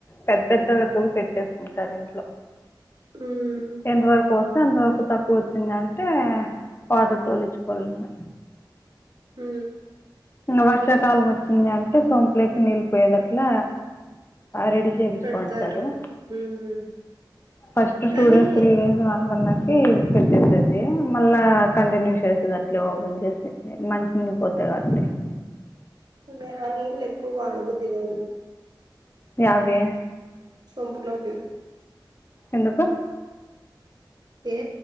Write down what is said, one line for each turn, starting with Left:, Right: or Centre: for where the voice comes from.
Left: పెద్ద పెద్దగా తొవ్వి పెట్టేసుకుంటారు అట్ల
Right: హ్మ్.
Left: ఎంత వరుకో అంతవరకు తక్కువ వచ్చింది అంటే <unintelligible> తోలుచుకోవాల ఇంగ
Right: ఊ
Left: వర్షాకాలం వచ్చింది అంటే సోంపులేకి నీళ్ళి పోయేది అట్ల రెడీ చేపించుకోనింటారు
Right: పెడతారు. హ్మ్.
Left: ఫస్ట్
Right: కానీ
Left: టూ డేస్ త్రీ డేస్ అన్ బనకి పెట్టేసేది మళ్ళా కంటిన్యూ చేసేది అట్లే ఓపెన్ చేసి <unintelligible>
Right: అంటే ఆ నీళ్ళు ఎక్కువ వడ బుద్ధిగాదు
Left: ఇగవి
Right: సొంతలోటి
Left: ఎందుకు
Right: ఏ